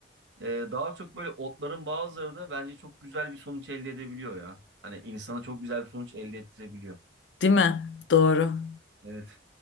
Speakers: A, on the right; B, on the left.
A: E, daha çok böyle otların bazıları da bence çok güzel bir sonuç elde edebiliyor ya. Hani insana çok güzel bir sonuç elde ettirebiliyor.
B: Değil mi? Doğru.
A: Evet.